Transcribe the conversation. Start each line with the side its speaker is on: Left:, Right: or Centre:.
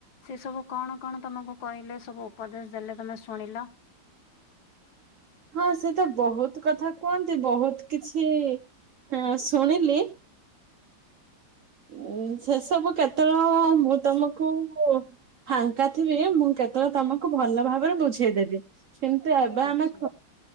Left: ସେ ସବୁ କଣ କଣ ତମକୁ କହିଲେ ସବୁ ଉପଦେଶ ଦେଲେ ତମେ ଶୁଣିଲ?
Right: ହଁ ସେ ତ ବହୁତ କଥା କୁହନ୍ତି ବହୁତ କିଛି ହେଁ ଶୁଣିଲି ଉଁ ସେସବୁ କେତେବେଳ ମୁଁ ତମକୁ ଫାଙ୍କା ଥିବି ମୁଁ କେତେବେଳେ ତମକୁ ଭଲ ଭାବରେ ବୁଝେଇଦେବି। କିନ୍ତୁ
Left: ଠିକ
Right: ଏବେ ଆମେ
Left: ଅଛି